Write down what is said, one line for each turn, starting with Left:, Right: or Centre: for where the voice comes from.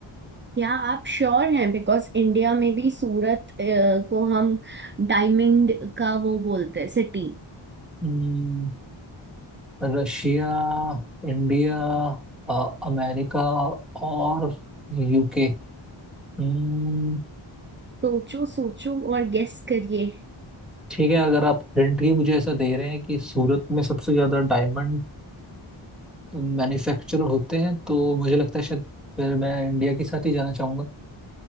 Right: या आप श्योर हैं बिकॉज इंडिया में भी सूरत अ, को हम डायमंड का वो बोलते हैं सिटी
Centre: Hmm, रशिया इंडिया अ, अमेरिका और यूके हम्म,
Right: सोचो सोचो और गेस करिए
Centre: ठीक है अगर आप हिंट ही मुझे ऐसा दे रहे हैं कि सूरत में सबसे ज्यादा डायमंड मैन्युफैक्चर होते हैं तो मुझे लगता है शायद फिर मैं इंडिया के साथ ही जाना चाहूंगा